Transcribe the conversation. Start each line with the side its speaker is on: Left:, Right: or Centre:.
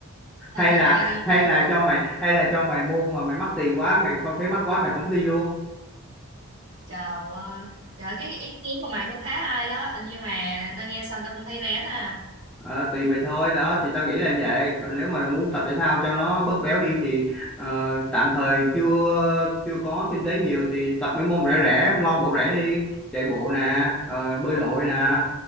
Right: The
Centre: hay
Right: Good
Centre: là
Right: Idea
Centre: hay
Right: đó
Centre: là cho mày hay là cho mày môn mà mày mắc tiền quá mày không thấy mắc quá mày không đi luôn
Right: trời ơi trời ơi, cái, cái ý kiến của mày cũng khá hay đó nhưng mà tao nghe xong tao cũng thấy rén à
Centre: Ờ, tùy mày thôi đó thì tao nghĩ là vậy còn nếu mà muốn tập thể thao cho nó bớt béo đi thì ờ, tạm thời chưa chưa có kinh tế nhiều thì tập mấy môn rẻ rẻ ngon bổ rẻ đi chạy bộ nè ờ, bơi lội nè